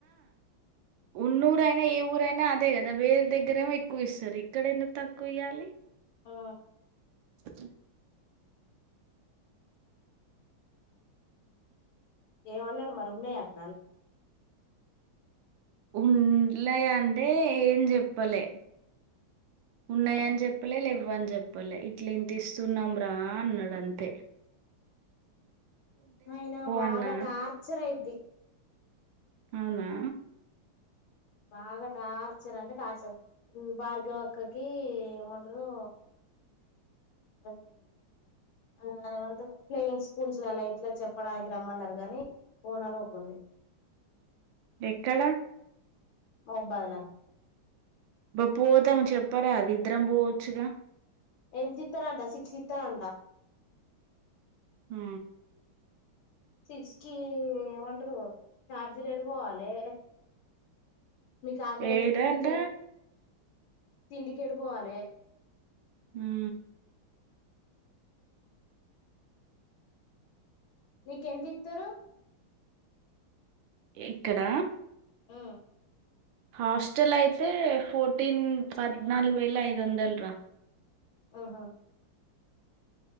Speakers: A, on the right; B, on the left.
A: ఉన్నూర <unintelligible> ఏ ఊరైనా అదే కద వేరే దగ్గరేమో ఎక్కువ ఇస్తారు ఇక్కడ ఎందుకు తక్కువ ఇవ్వాలి
B: ఆ
A: స
B: ఏమన్నాడు మరి ఉన్నాయ <unintelligible>
A: <unintelligible> అంటే ఏం చెప్పలే ఉన్నాయని
B: ఆహా
A: చెప్పలే <unintelligible> చెప్పలే ఇట్ల ఇంత ఇస్తున్నాం రా అన్నాడు అంతే
B: అయినా బాగ
A: అన్నా.
B: టార్చర్ <unintelligible>
A: అవునా
B: బాగ టార్చర్ అంటే టార్చర్ భార్గవి అక్కకి ఏమంటారు అదే ఆ <unintelligible> ప్లేయింగ్ స్కూల్స్ అల ఇట్లా చెప్పడానికి రమ్మన్నారు కానీ <unintelligible>
A: ఎక్కడ
B: <unintelligible>
A: బ పోతాము చెప్పారా అది ఇద్దరం పోవచ్చుగ
B: ఎంతితారంట సిక్స్ ఇతారంట
A: హు
B: సిక్స్ కి ఏమంటారు చార్జీలు <unintelligible> పోవాలి మీకు ఆకలయితే
A: ఏడంట?"
B: తిండికి తిండికెడు పోవాలె
A: హు
B: నీకెంతితారు
A: ఇక్కడ
B: ఉ
A: హాస్టల్ అయితే ఫోర్టీన్ పద్నాలుగు వేల ఐదు వందల్రా
B: ఆహా